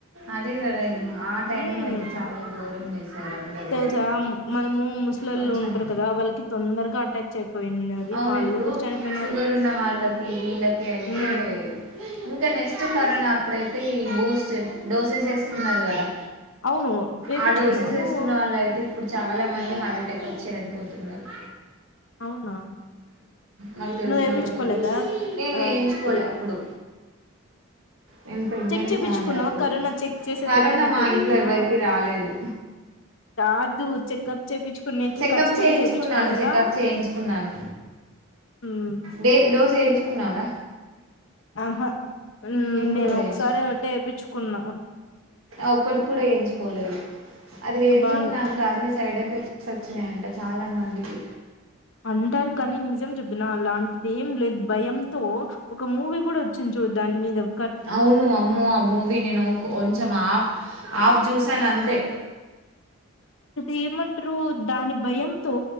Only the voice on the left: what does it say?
మ్మ్
తెలుసా
మ్- మనము ముసలోళ్ళు
ఉంటారు కదా వాళ్ళకి తొందరగా అటాచ్. అయిపోయింది అది
వాళ్ళు
కూడా చనిపోయినారు
మ్మ్
అవును వేపించుకున్నావా
నువ్వు
అవునా.
నువ్వు ఏపిచ్చుకోలేదా
ఆ
అది
చెక్ చేయించుకున్నావా
కరోనా చెక్ చేసేదైతే
నాకతేకినా.
కాదు చెకప్. చేపిచ్చుకునేకి
ఖచ్చితంగా
చేపిచ్చుకోలేదా
ఉమ్
ఆహా నేను
ఒకసారి ఒకటి వేపిచ్చుకున్న.
బాన్
అంటారు కానీ నిజం చెబప్తున్నా అలాంటిది ఏం లేదు భయంతో ఒక మూవీ కూడా వచ్చింది చూడద్దా. అమిదం.
ఇది ఏమంటారు దాని భయంతో